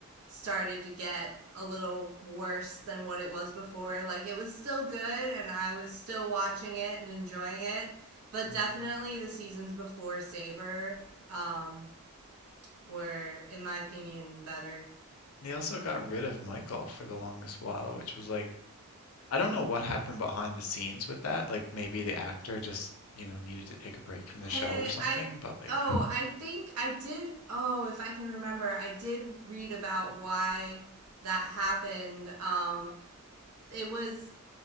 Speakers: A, on the right (about 80°); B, on the left (about 70°).
A: started to get a little worse than what it was before. Like it was still good and I was still watching it and enjoying it, but
B: Mm.
A: definitely the seasons before Saber um were in my opinion better
B: They also got rid of Michael for the longest while, which was like I don't know what happened behind the scenes with that. Like maybe the actor just, you know, needed to take a break from the show
A: I
B: or something,
A: I
B: but like
A: oh, I think I did oh, if I can remember, I did read about why that happened. Um it was